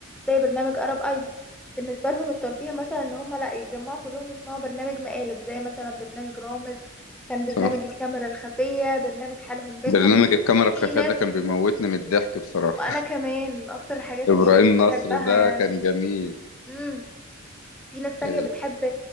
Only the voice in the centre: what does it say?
زي برنامج ارب ايدول بالنسبه لهم الترفيه مثلا ان هم لا يتجمعوا كلهم يسمعوا برنامج مقالب زي مثلا برنامج رامز كان برنامج
الكاميرا الخفيه برنامج حالهم بينهم
في ناس
وانا كمان من اكتر الحاجات
اللي بحبها
يعني
امم في ناس تانية
بتحب